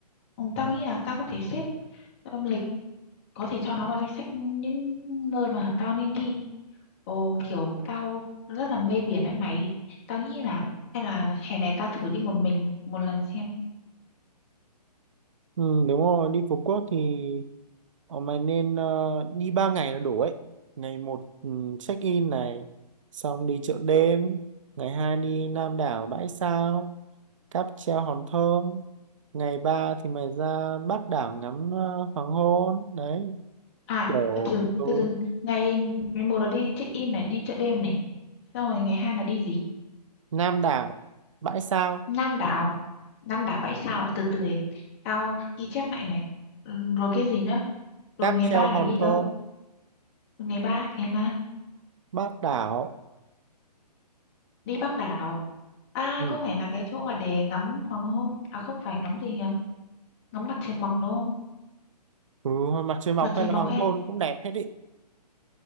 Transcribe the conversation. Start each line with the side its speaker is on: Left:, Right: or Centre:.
Left: Ừ, tao nghĩ là tao có thể xếp um, lịch có thể cho nó vào danh sách những nơi mà tao nên đi Ồ, kiểu tao rất là mê biển ấy mày. Tao nghĩ là hay là hè này tao thử đi một mình một lần xem.
Right: ừ, đúng rồi đi Phú Quốc thì ờ, mày nên ờ, đi 3 ngày là đủ ấy ngày một ừ, check in này xong đi chợ đêm ngày hai đi Nam đảo Bãi Sao cáp treo Hòn Thơm ngày ba thì mày ra Bắc đảo ngắm ờ, hoàng hôn đấy
Left: À,
Right: kiểu
Left: từ từ
Right: ừ,
Left: từ từ ngày ngày một là đi check in này, đi chợ đêm này. Xong rồi ngày hai là đi gì?
Right: Nam đảo Bãi Sao
Left: Nam đảo. Nam đảo bãi sao ạ? từ từ để tao ghi chép lại này. Ừ, Rồi cái gì nữa? Rồi
Right: cáp
Left: ngày
Right: treo
Left: ba
Right: Hòn
Left: là đi đâu?
Right: Thơm
Left: Ngày ba, ngày ba
Right: Bác đảo
Left: đi Bắc đảo. À,
Right: ừ.
Left: có phải là cái chỗ mà để ngắm hoàng hôn? À không phải ngắm gì nhỉ? Ngắm mặt trời mọc đúng không?
Right: ừ mặt trời mọc
Left: Mặt trời
Right: hay là
Left: mọc
Right: hoàng
Left: hay
Right: hôn cũng đẹp hết ý